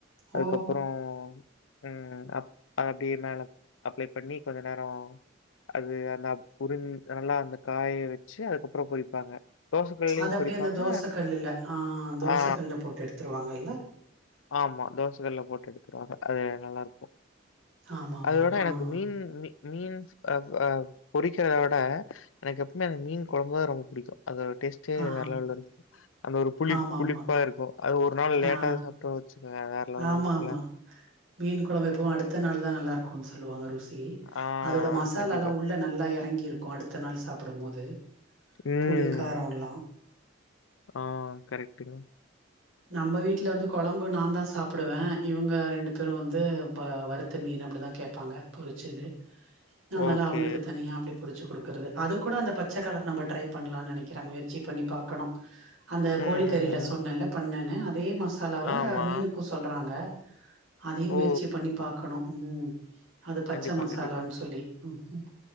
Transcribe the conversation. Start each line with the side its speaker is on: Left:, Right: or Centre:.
Left: அதுக்கப்றோ
Right: ஓ
Left: உம் அப் அப்டியே மேல அப்ளை பண்ணி கொஞ்ச நேரோ அது அந்த புரிந் நல்லா அந்த காய வச்சு அதுக்கப்றோ பொரிப்பாங்க தோசைக்கல்லுலயும்
Right: அத அப்படியே
Left: பொரிப்பாங்க.
Right: அந்த தோச கல்லுல ஆ தோச
Left: ஆ
Right: கல்லுல போட்டு எடுத்துருவாங்கில்ல
Left: ஆமா தோச கல்லுல போட்டு எடுத்துருவாங்க அது நல்லா இருக்கும்
Right: ஆமா ஆமா
Left: அதோட
Right: ஆ
Left: எனக்கு மீன் மீ மீன்ஸ் அ அ பொரிக்கிறத விட எனக்கு எப்பவுமே அந்த மீன் கொழம்புதா ரொம்ப புடிக்கும் அதோட டேஸ்ட் டே
Right: ஆ
Left: வேற லெவல்ல இருக்கும் அந்த ஒரு புளிப்
Right: ஆமா
Left: புளிப்பா
Right: ஆமா
Left: இருக்கும் அது ஒரு நாள் லேட்டா
Right: ஆ
Left: சாப்ட்டோன்னு வச்சுக்கோங்க வேற லெவல்ல
Right: ஆமா
Left: இருக்கும்ல.
Right: ஆமா மீன் கொழம்பு எப்பவு அடுத்த நாள் தா நல்லா இருக்கும்ன்னு சொல்லுவாங்க ருசி பி
Left: ஆ
Right: அதோட மசாலால்லா
Left: கண்டிப்பா.
Right: உள்ள நல்லா இறங்கி இருக்கும் அடுத்த நாள் சாப்புடும் போது
Left: ம்.
Right: புளிக் காரோ எல்லா
Left: ஆ கரெட்டுங்க
Right: நம்ப வீட்ல வந்து கொழம்பு நாந்தா சப்பிடுவ இவங்க ரெண்டு பேரும் வந்து வருத்த மீனு அப்பிடிதா கேப் பாங்க பொரிச்சது அதனால
Left: ஓகே.
Right: அவங்களுக்கு தனியா அப்டி பொரிச்சு குடுப் க்கறது அது கூட அந்த பச்சக்கலர் நம்ப ட்ரை பண்லான்னு நெனைக்கிறே முயற்சி பண்ணி பாக்கணும் அந்த
Left: ம்,
Right: கோழிக்கறில
Left: ம்,
Right: சொன்னேல்ல
Left: ம்.
Right: பண்ணன்னு அதே மசாலாவ
Left: ஆமா.
Right: மீனுக்கு சொல்றாங்க அதையு முயற்சி
Left: ஓ!
Right: பண்ணி பாக்கணு ம் அது பச்ச
Left: கண்டிப்பா,
Right: மசாலானு
Left: கண்டிப்பா.
Right: சொல்லி ம் ம்